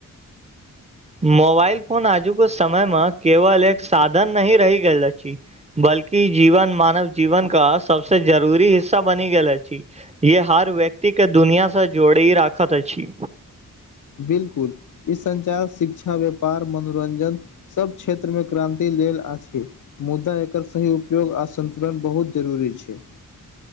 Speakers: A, on the right; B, on the left.
A: मोबाइल फोन आजु के समय मे केवल एक साधन नही रहि गेल अछि बल्कि जीवन मानव जीवन का सबसऽ जरूरी हिस्सा बनि गेले छी ये हर व्यक्ति के दुनिया स जोड़ी राखत अछि
B: बिलकुल इ संचार शिक्षा व्यापार मनोरंजन सब क्षेत्र मे क्रान्ति लेल आछि मुदा एकर सही उपयोग आ सन्तुलन बहुत जरूरी छै